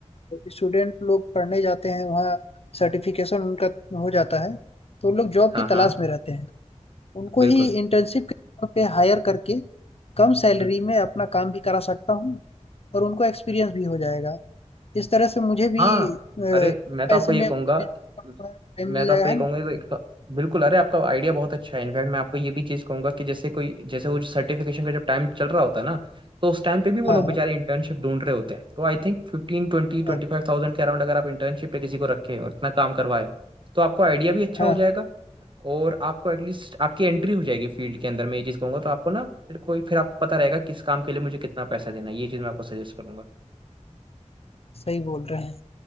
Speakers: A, on the left; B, on the right.
A: स्टूडेंट लोग पढ़ने जाते हैं वहाँ सर्टिफिकेशन उनका हो जाता है तो लोग जॉब
B: हाँ
A: की
B: हाँ
A: तलाश में रहते हैं उनको
B: बिल्कुल
A: ही इंटर्नशिप के तौर पे हायर करके कम सैलरी
B: हम्म, हम्म,
A: में अपना काम भी करा सकता हूँ और उनको एक्सपीरियंस
B: हम्म।
A: भी हो जाएगा इस तरह से मुझे भी
B: हाँ
A: अ,
B: अरे मैं तो
A: पैसे
B: आपको ये
A: में अपने
B: कहूंगा
A: बिजनेस का थोड़ा टाइम
B: मैं
A: मिल
B: तो
A: जाएगा
B: आपको
A: है
B: ये कहूंगा
A: ना
B: कि तो बिल्कुल अरे आपका आइडिया बहुत अच्छा है इनफैक्ट मैं आपको ये भी चीज कहूंगा कि जैसे कोई जैसे वो जो सर्टिफिकेशन का जब टाइम चल रहा होता है ना तो उस टाइम पे भी वो
A: हाँ
B: लोग बेचारे
A: हाँ
B: इंटर्नशिप ढूंढ रहे होते हैं तो I think fifteen twenty twenty
A: हाँ
B: five thousand के अराउंड अगर आप इंटर्नशिप पे किसी को रखे और इतना काम करवाए तो आपको आइडिया भी अच्छा
A: हाँ,
B: हो जाएगा और आपको एटलीस्ट आपकी एंट्री हो जाएगी फील्ड के अंदर मैं ये चीज कहूंगा तो आपको ना फिर कोई फिर आपको पता रहेगा किस काम के लिए मुझे कितना पैसा देना है ये चीज मैं आपको सजेस्ट करूंगा
A: सही बोल रहे हैं